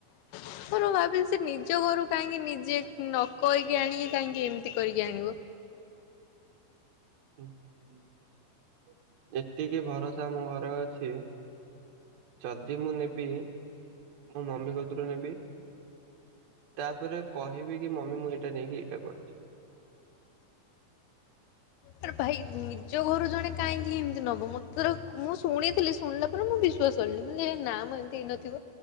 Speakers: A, on the left; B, on the right.
A: <unintelligible> ଭାବିଲି ସେ ନିଜ ଘରୁ କାହିଁକି ନିଜେ ନ କହିକି ଆଣିକି କାହିଁକି ଏମିତି କରିକି ଆଣିବ।
B: ହୁଁ ଏତିକି ଭରସା ମୋ ଘରେ ଅଛି। ଯଦି ମୁଁ ନେବି ମୋ ମମି କତୁରୁ ନେବି। ତାପରେ କହିବି କି ମମି ମୁଁ ଏଟା ନେଇକି ଏଇଟା କରିଚି।
A: ଆରେ ଭାଇ ନିଜ ଘରୁ ଜଣେ କାହିଁକି ଏମିତି ନବ <unintelligible> ମୁଁ ଶୁଣିଥିଲି ଶୁଣିଲା ପରେ ମୁଁ ବି ଶ୍ୱାସ କଲିନି <unintelligible> ନାମ ଏମିତି ହେଇ ନଥିବ